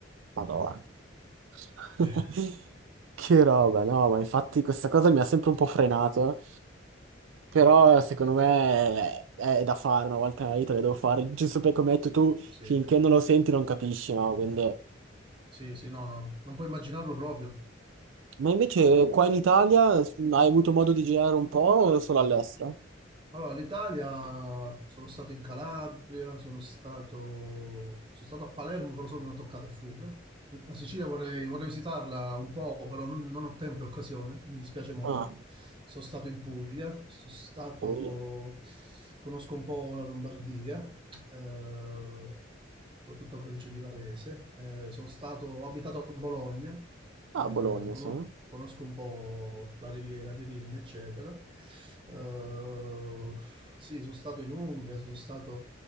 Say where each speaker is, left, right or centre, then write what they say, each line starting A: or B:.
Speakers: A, on the right; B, on the right.
A: Madonna. <laughs>
B: Eh,
A: Che roba, no, ma infatti questa cosa mi ha sempre un po' frenato, però secondo me è, è da fare una volta nella vita, le devo fare, giusto perché come hai detto tu,
B: sì,
A: finché non lo senti non capisci, no? Quindi-
B: sì, sì, no, no, non puoi immaginarlo proprio.
A: Ma invece qua in Italia hai avuto modo di girare un po' o solo all'estero?
B: Allora, l'Italia, sono stato in Calabria, sono stato, sono stato a Palermo, però solo una toccata e fuga. La Sicilia vorrei, vorrei visitarla un po', però non, non ho tempo e occasione, mi dispiace molto.
A: Ah,
B: Sono stato in Puglia, sono stato,
A: Bologna.
B: conosco un po' la Lombardia, eh, soprattutto la provincia di Varese. Eh, sono stato, ho abitato a Bologna,
A: Ah,
B: eh,
A: Bologna,
B: cono-
A: sì.
B: conosco un po' la Riviera di Rimini, eccetera. Eh, sì, sono stato in Umbria, sono stato,